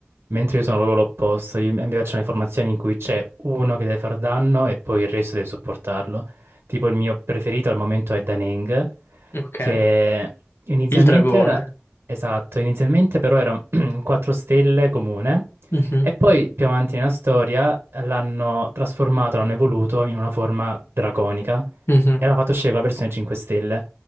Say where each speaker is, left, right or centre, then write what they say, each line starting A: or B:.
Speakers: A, on the right; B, on the left.
A: Mentre io sono proprio l'opposto, io- a mi piacciono le formazioni in cui c'è uno che deve far danno e poi il resto deve sopportarlo. Tipo il mio preferito al momento è Daneng,
B: Ok,
A: che inizialmente
B: il dragone.
A: era... Esatto, inizialmente però era <clears throat> un 4 stelle comune
B: Mhm,
A: e poi più avanti nella storia l'hanno trasformato, l'hanno evoluto in una forma draconica
B: mhm,
A: e l'hanno fatto uscire con la versione 5 stelle.